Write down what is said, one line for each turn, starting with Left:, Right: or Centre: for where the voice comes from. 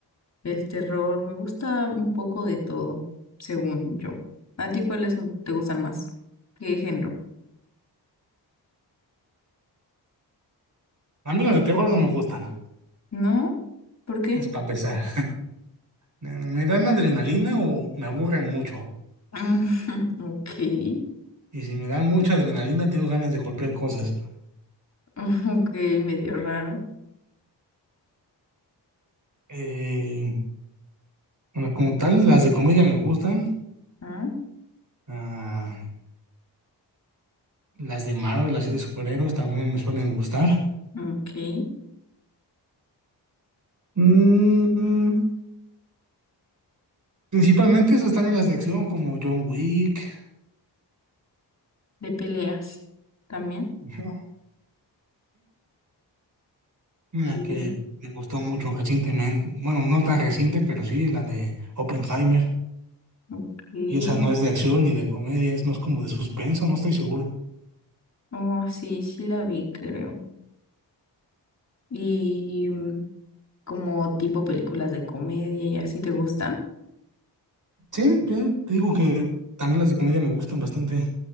Left: el terror. Me gusta un poco de todo, según yo. ¿A ti cuáles son- te gustan más? ¿Qué género?
Right: A mí las de terror no me gustan,
Left: ¿No? ¿Por qué?
Right: es para pesar. Me me dan adrenalina o me aburren mucho.
Left: <laughs> Ok.
Right: Y si me dan mucha adrenalina, tengo ganas de golpear cosas.
Left: <laughs> Ok, medio raro.
Right: Eh, bueno, como tal, las de comedia me gustan.
Left: Ah,
Right: Ah, las de Marvel, las de superhéroes también me suelen gustar.
Left: ok.
Right: Mm, principalmente esas también las de acción, como John Wick.
Left: De peleas también.
Right: <laughs> La
Left: Digo,
Right: que me gustó mucho recientemente, bueno, no tan reciente, pero sí, la de Oppenheimer.
Left: Ok.
Right: Y esa no es de acción ni de comedia, es más como de suspenso, no estoy seguro.
Left: Oh, sí, sí la vi, creo. Y mm, como tipo películas de comedia y así te gustan.
Right: Sí, yo te digo que también las de comedia me gustan bastante.